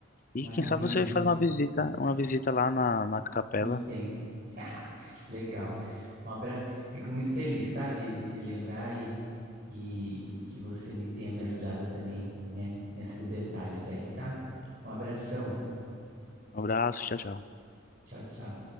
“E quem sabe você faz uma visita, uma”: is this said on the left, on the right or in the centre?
Left